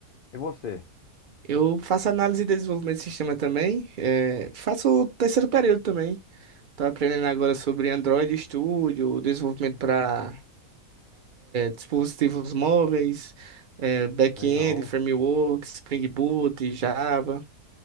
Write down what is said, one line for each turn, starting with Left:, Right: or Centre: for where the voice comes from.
Left: E você?
Right: Eu faço análise e desenvolvimento de sistema também, eh, faço o terceiro período também. Tô aprendendo agora sobre Android Studio, desenvolvimento para dispositivos móveis, eh, back-end,
Left: Legal.
Right: framework, Spring Boot, Java.